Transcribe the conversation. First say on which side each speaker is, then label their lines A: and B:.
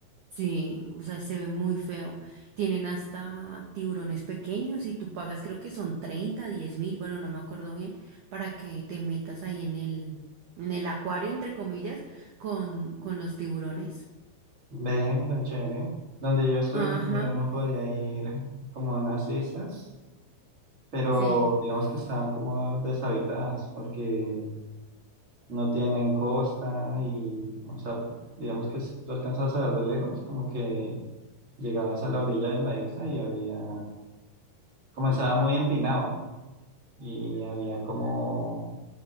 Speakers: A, on the right; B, on the right.
A: sí, o sea, se ve muy feo. Tienen hasta tiburones pequeños y tú pagas, creo que son 30 10 mil, bueno, no me acuerdo bien, para que te metas ahí en el, en el acuario, entre comillas, con, con los tiburones.
B: Ve, tan chévere. Donde yo estuve
A: Ajá,
B: también uno podía ir como a unas islas pero
A: sí.
B: digamos que están como deshabitadas porque no tienen costa y, o sea, digamos que si tú alcanzas a ver de lejos, como que llegabas a la orilla de la isla y había, comenzaba muy empinado y había como,